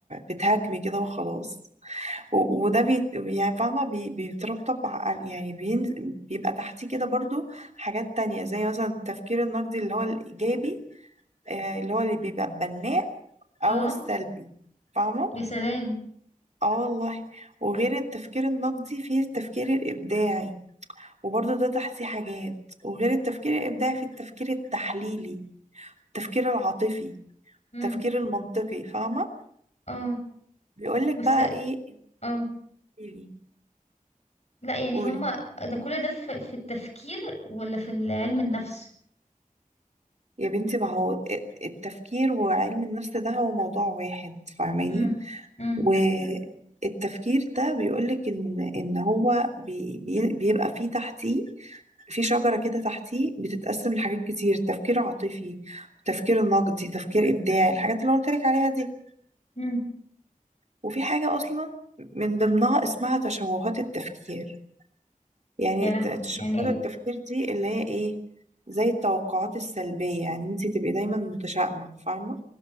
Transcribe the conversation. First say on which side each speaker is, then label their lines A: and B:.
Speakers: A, on the right (about 55°); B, on the left (about 50°).
A: بتهاجمي كده وخلاص و- وده بي يعني فاهمة بي بيترتب ع- يعني بين بيبقى تحتيه كده برضو حاجات تانية زي مثلا التفكير النقدي اللي هو الإيجابي آه، اللي هو اللي بيبقى بناء أو
B: اه
A: السلبي فاهمة؟
B: يا سلام
A: اه والله وغير التفكير النقدي فيه التفكير الإبداعي وبرضه ده تحصي حاجات وغير التفكير الإبداعي في التفكير التحليلي التفكير العاطفي
B: امم
A: التفكير المنطقي فاهمة
B: اه
A: بيقولك
B: بس
A: بقى ايه
B: اه
A: انتيلي
B: لا يعني
A: قولي
B: هما ده كل ده في في التفكير ولا في علم النفس
A: يا بنتي ما هو التفكير وعلم النفس ده هو موضوع واحد فاهماني
B: امم امم
A: والتفكير ده بيقولك ان ان هو بي بي بيبقى فيه تحتيه في شجرة كده تحتيه بتتقسم لحاجات كتير تفكير عاطفي تفكير نقدي تفكير إبداعي الحاجات اللي قلت لك عليها دي
B: امم
A: وفي حاجة أصلا من ضمنها اسمها تشوهات التفكير يعني
B: يا
A: الت-
B: لهوي
A: تشوهات
B: يعني ايه
A: التفكير دي اللي هي إيه زي التوقعات السلبية يعني انت تبقي دايما متشائمة فاهمة